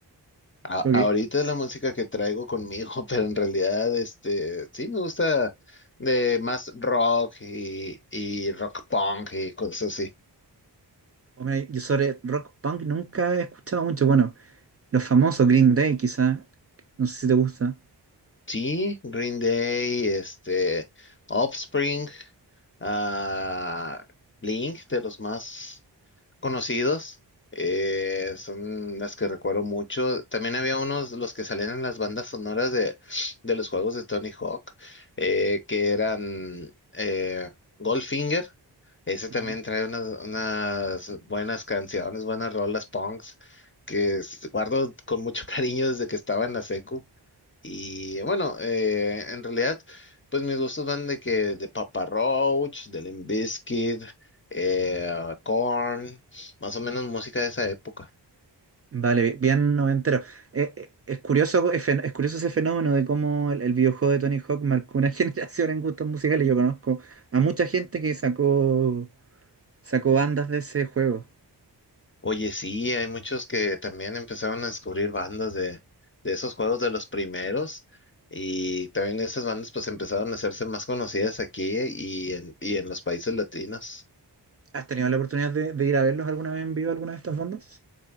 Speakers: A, on the left (about 30°); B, on the right (about 35°).
A: A-
B: Como
A: ahorita
B: que,
A: es la música que traigo conmigo, <laughs> pero en realidad, este, sí me gusta de más rock y, y rock punk y cosas así.
B: hombre, yo sobre rock punk nunca he escuchado mucho. Bueno, los famosos Green Day quizá, no sé si te gusta.
A: Sí, Green Day, este, Offspring, ah, Blink, de los más conocidos, eh, son las que recuerdo mucho. También había unos, los que salían en las bandas sonoras de, de los juegos de Tony Hawk, eh, que eran eh, Goldfinger. Ese
B: Ujú.
A: también trae unas, unas buenas canciones, buenas rolas punks, que s- guardo con mucho <laughs> cariño desde que estaba en la secu. Y bueno, eh, en realidad, pues mis gustos van de que de Papa Roach, de Limp Bizkit, eh, Korn, más o menos música de esa época.
B: Vale, bi- bien noventero. Eh, eh, es curioso, es, fen- es curioso ese fenómeno de cómo el, el videojuego de Tony Hawk marcó una <laughs> generación en gustos musicales. Yo conozco a mucha gente que sacó, sacó bandas de ese juego.
A: Oye, sí, hay muchos que también empezaron a descubrir bandas de, de esos juegos de los primeros. Y también esas bandas pues empezaron a hacerse más conocidas aquí y en, y en los países latinos.
B: ¿Has tenido la oportunidad de, de ir a verlos alguna vez en vivo, alguna de estas bandas?